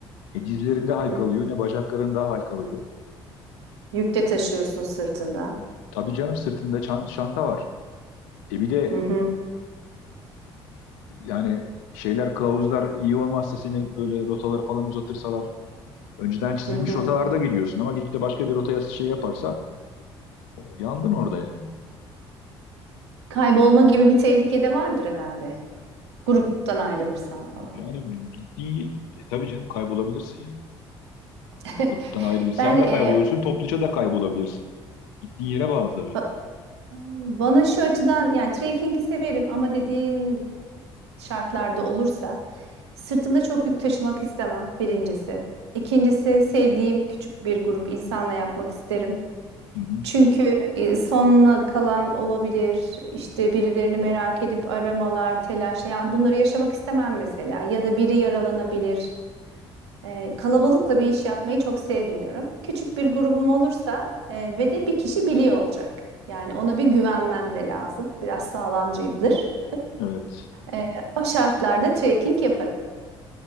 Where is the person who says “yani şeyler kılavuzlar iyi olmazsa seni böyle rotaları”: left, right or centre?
Left